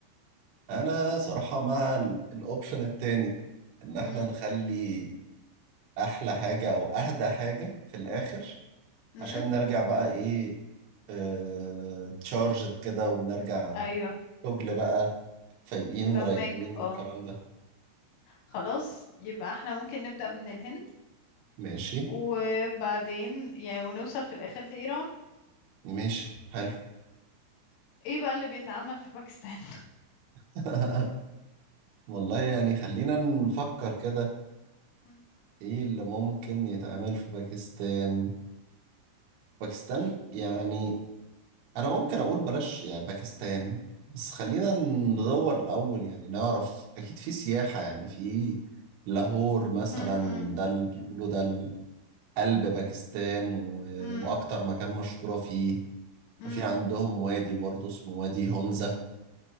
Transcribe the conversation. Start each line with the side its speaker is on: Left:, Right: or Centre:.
Right: انا صراحة مع ال- الاوبشن التاني ان احنا
Left: امم
Right: نخلي احلى حاجة او اهدى حاجة في الاخر
Left: امم
Right: عشان نرجع بقى ايه اه تشارجد كده ونرجع
Left: ايوه
Right: شغل بقى فايقين ورايقين
Left: فهمك
Right: والكلام
Left: اه
Right: ده
Left: خلاص يبقى احنا ممكن نبدأ من الهند
Right: ماشي
Left: وبعدين يعني ونوصل في الآخر لإيران
Right: ماشي حلو
Left: ايه بقى اللي بيتعمل في باكستان
Right: <laughs> والله يعني خلينا نفكر كده
Left: مم.
Right: ايه اللي ممكن يتعمل في باكستان باكستان يعني انا ممكن اقول بلاش يعني باكستان بس خلينا ندور الاول يعني نعرف اكيد في سياحة يعني في لاهور مثلا
Left: <laughs> مم. مم.
Right: ده اللي بيقولوا ده قلب باكستان و...
Left: مم.
Right: واكتر مكان مشهورة فيه
Left: مم.
Right: وفي عندهم وادي برضه اسمه وادي هونزا